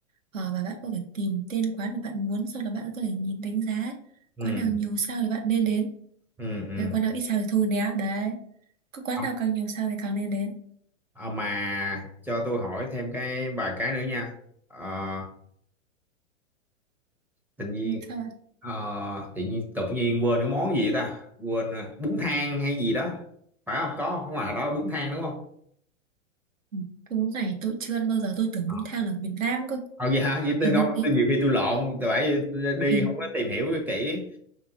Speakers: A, on the right (about 80°); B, in the centre.
A: ờ, và bạn có thể tìm tên quán mà bạn muốn sau đó bạn có thể nhìn đánh giá
B: ừ
A: quán nào nhiều sao thì bạn nên đến
B: ừ ừ
A: đấy, quán nào ít sao thì thôi nhé đấy cứ quán
B: à,
A: nào càng nhiều sao thì càng nên đến
B: à mà cho tôi hỏi thêm cái vài cái nữa nha Ờ, tự nhiên
A: ừ, sao bạn
B: ờ, tự nhiên tự nhiên quên cái món gì ta quên ờ, bún thang hay gì đó phải không có không ngoài đó bún thang đúng không
A: ừ. cái bún này tôi chưa ăn bao giờ tôi tưởng
B: ờ
A: bún thang là miền Nam cơ
B: vậy hả vậy tôi
A: hình
B: không
A: như hình,
B: tôi nhiều khi tôi lộn tôi phải đi
A: hình
B: không có tìm hiểu kỹ